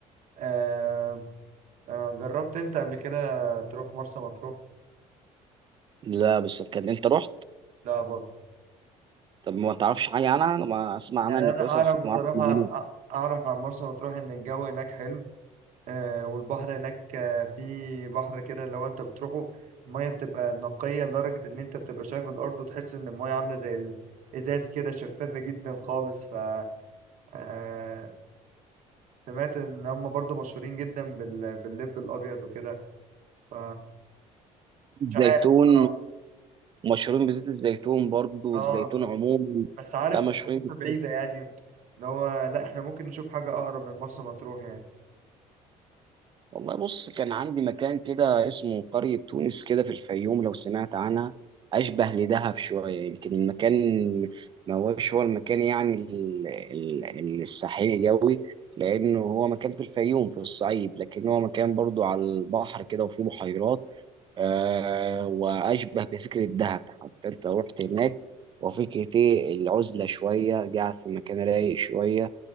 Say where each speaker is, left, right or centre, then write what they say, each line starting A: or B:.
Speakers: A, on the right; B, on the right.
A: آه، آه، جربت انت قبل كده تروح مرسى مطروح
B: لا بس كان انت رحت
A: لا برضو
B: طب ما تعرفش حاجة عنها انا ما اسمع عنها
A: يعني
B: انها
A: انا
B: كويسة
A: اعرف
B: بس
A: بصراحه
B: ما اعرفش عنها.
A: أ- اعرف عن مرسى مطروح ان الجو هناك حلو آه والبحر هناك آه في بحر كده لو انت بتروحه الميه بتبقى نقيه لدرجه ان انت بتبقى شايف الارض وتحس ان الميه عامله زي الازاز كده شفافه جدا خالص ف آه سمعت ان هم برضو مشهورين جدا بال... باللب الابيض وكده ف مش عارف
B: زيتون
A: بصراحه
B: ومشهورين بزيت الزيتون برضه والزيتون
A: اه
B: عموما
A: بس عارف
B: لا مشهورين
A: حاسسها
B: بزيت.
A: بعيده يعني اللي هو لا احنا ممكن نشوف حاجه اقرب من مرسى مطروح يعني
B: والله بص كان عندي مكان كده اسمه قرية تونس كده في الفيوم لو سمعت عنها أشبه لدهب شوية يمكن المكان ما هوش هو المكان يعني ال- ال- ال- الساحلي قوي لأنه هو مكان في الفيوم في الصعيد لكن هو مكان برضو على البحر كده وفيه بحيرات آه وأشبه بفكرة دهب حتى أنت رحت هناك وفكرة إيه العزلة شوية قاعد في مكان رايق شوية